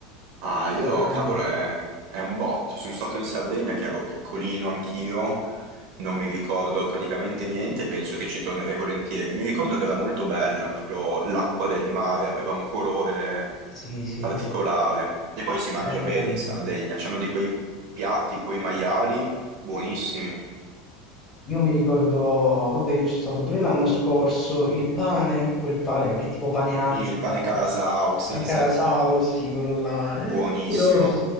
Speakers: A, on the right (about 75°); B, on the left (about 35°).
A: Ah,
B: Cosa
A: io,
B: veramente...
A: cavolo, è, è un botto. Sono stato in Sardegna che ero piccolino anch'io, non mi ricordo praticamente niente, penso che ci tornerei volentieri. Mi ricordo che era molto bella, proprio l'acqua del mare aveva un colore
B: Sì, sì.
A: particolare. E poi si mangia
B: Ehm,
A: bene in Sardegna, c'hanno di quei piatti con i maiali buonissimi.
B: Io mi ricordo, vabbè, io c'è stato pure l'anno scorso, il pane, quel pane, che è tipo pane Asmo,
A: Il pane carasau, sì,
B: eh, Carasau,
A: sì,
B: sì, quello là,
A: buonissimo.
B: è curioso.